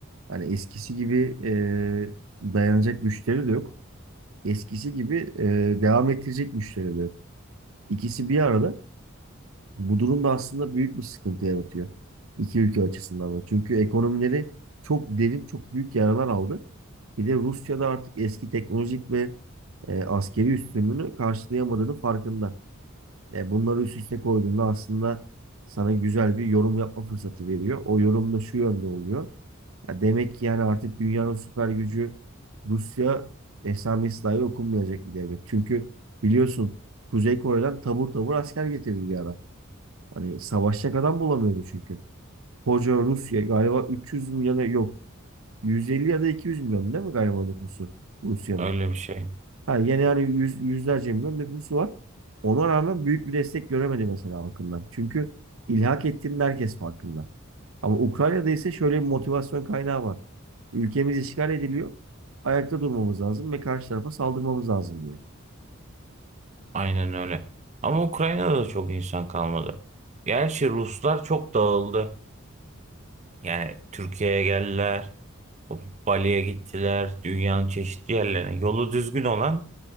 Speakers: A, on the right; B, on the right.
A: Hani eskisi gibi e, dayanacak güçleri de yok. Eskisi gibi e, devam ettirecek güçleri de yok. İkisi bir arada. Bu durum da aslında büyük bir sıkıntı yaratıyor. İki ülke açısından da. Çünkü ekonomileri çok derin, çok büyük yaralar aldı. Bir de Rusya'da artık eski teknolojik ve e, askeri üstünlüğünü karşılayamadığını farkında. E, bunları üst üste koyduğunda aslında sana güzel bir yorum yapma fırsatı veriyor. O yorum da şu yönde oluyor. Ya demek ki yani artık dünyanın süper gücü Rusya esamesi dahi okunmayacak bir devlet. Çünkü biliyorsun Kuzey Kore'den tabur tabur asker getirdi bir ara. Hani savaşacak adam bulamıyordu çünkü. Koca Rusya galiba 300 milyona yok. 150 ya da 200 milyon değil mi galiba nüfusu Rusya'nın?
B: öyle bir şey.
A: Ha, yani yani yüz, yüzlerce milyon nüfusu var. Ona rağmen büyük bir destek göremedi mesela halkından. Çünkü ilhak ettiğinin herkes farkında. Ama Ukrayna'da ise şöyle bir motivasyon kaynağı var. Ülkemiz işgal ediliyor. Ayakta durmamız lazım ve karşı tarafa saldırmamız lazım diyor.
B: Aynen öyle. Ama Ukrayna'da da çok insan kalmadı. Gerçi Ruslar çok dağıldı. Yani Türkiye'ye geldiler. Bali'ye gittiler, dünyanın çeşitli yerlerine. Yolu düzgün olan